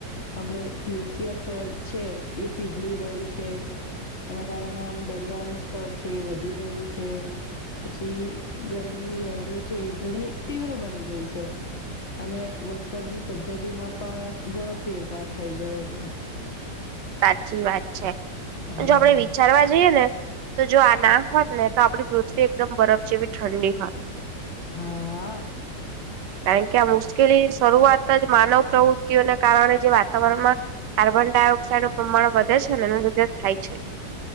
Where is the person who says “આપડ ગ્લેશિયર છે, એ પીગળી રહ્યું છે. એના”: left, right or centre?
Left